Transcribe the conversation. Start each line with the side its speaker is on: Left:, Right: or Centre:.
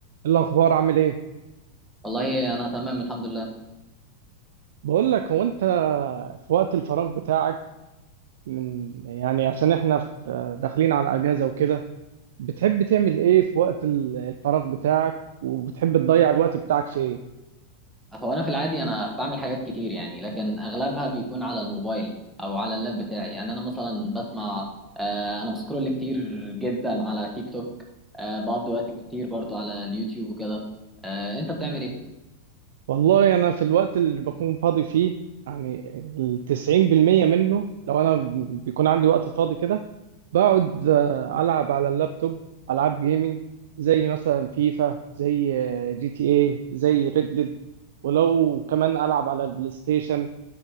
Right: الأخبار عامل إيه؟
Centre: والله انا تمام الحمد لله
Right: بقول لك هو أنت في وقت الفراغ بتاعك من يعني عشان إحنا في داخلين على أجازة وكده بتحب تعمل إيه في وقت ال- الفراغ بتاعك وبتحب تضيع الوقت بتاعك في إيه؟
Centre: هو انا في العادي انا بعمل حاجات كتير يعني لكن اغلبها بيكون على الموبايل او على اللاب بتاعي يعني انا مثلا بسمع آه انا بسكرول كتير جدا على تيك توك آه بقضي وقت كتير برضو على اليوتيوب وكده آه انت بتعمل ايه
Right: والله أنا في الوقت اللي بكون فاضي فيه يعني التسعين بالمية منه لو أنا بيكون عندي وقت فاضي كده بقعد آه، ألعب على اللابتوب ألعاب جيمنج زي مثلا فيفا زي آه، جي تي اي زي ريد ديد ولو كمان ألعب على البلاي ستيشن